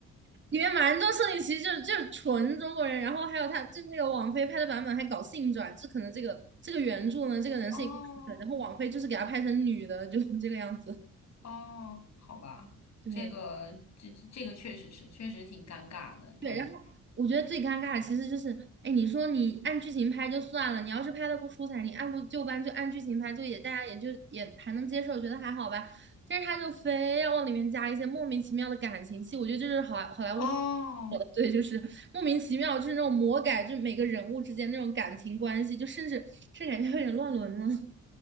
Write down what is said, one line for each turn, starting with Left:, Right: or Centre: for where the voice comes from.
Right: 里面蛮多设定其实就是就是纯中国人，然后还有他就那个网飞拍的版本还搞性转，这可能这个这个原著呢，这个人是一个男的，
Left: <laughs> 哦
Right: 然后网飞就是给他拍成女的，就这个样子。
Left: 哦，好吧，
Right: 对，
Left: 这个这这个确实是确实挺尴尬的，对。
Right: 对，然后我觉得最尴尬的其实就是，哎，你说你按剧情拍就算了，你要是拍的不出彩，你按部就班就按剧情拍，就也大家也就也还能接受，觉得还好吧。但是他就非要往里面加一些莫名其妙的感情戏，我觉得这是好好莱坞的，
Left: 哦，
Right: 对，就是莫名其妙，就是那种魔改，就每个人物之间那种感情关系，就甚至甚至感觉有点乱伦了。<laughs>